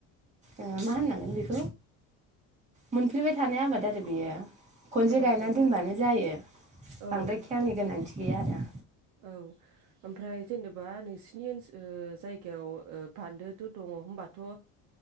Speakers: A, on the right (about 20°); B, on the right (about 60°).
A: ओ मा
B: उम
A: होनांगोन बिफ मोनफ्लिबाय थानाय आबाद आरो। बियो। खनसे
B: औ
A: गायना
B: औ
A: दोनबानो जायो
B: औ
A: बांद्राय खेरनि गोनांथि गैया आरो।
B: औ ओमफ्राय जेनेबा नोंसिनि ओनसो जायगायाव ओ बान्दोथ' दङ होनबाथ' ओ